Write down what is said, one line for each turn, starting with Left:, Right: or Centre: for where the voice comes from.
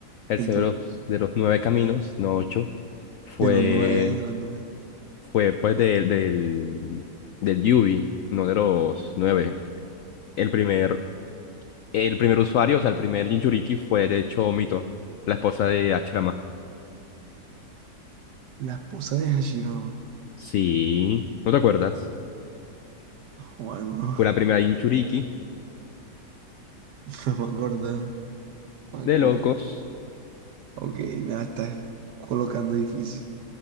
Left: el cerebro
Right: Ento-
Left: de los, de los nueve caminos, no ocho, fue,
Right: de los nueve, de los nueve.
Left: fue pues del, del, del Yubi, no de los nueve. El primer, el primer usuario, o sea, el primer Jinchuriki fue de hecho Mito, la esposa de Hachirama.
Right: La esposa de Hashirama.
Left: Sí, ¿no te acuerdas?
Right: Juan, no,
Left: Fue la primera Jinchuriki
Right: <laughs> no me acordaba. Ah,
Left: de
Right: culé.
Left: locos.
Right: Ok, me la estás colocando difícil.